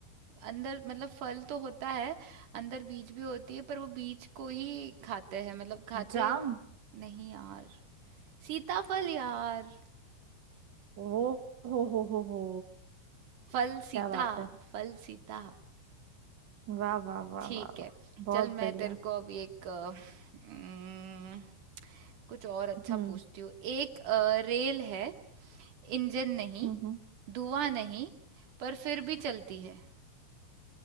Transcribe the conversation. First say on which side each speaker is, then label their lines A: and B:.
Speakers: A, on the right; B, on the right.
A: अंदर मतलब फल तो होता है अंदर बीज भी होती है पर वो बीज को ही खाते हैं मतलब खाते
B: जाम
A: नहीं यार सीताफल यार
B: वो हो हो हो हो
A: फल सीता
B: क्या बात है
A: फल सीता
B: वाह वाह वाह
A: ठीक
B: वाह वाह,
A: है
B: बहुत
A: चल मैं
B: बढ़िया
A: तेरे को अब एक अ, उम्म, कुछ और अच्छा
B: हम्म
A: पूछती हूँ एक अ, रेल है इंजन नहीं
B: हम्म
A: धुआं नहीं पर फिर भी चलती है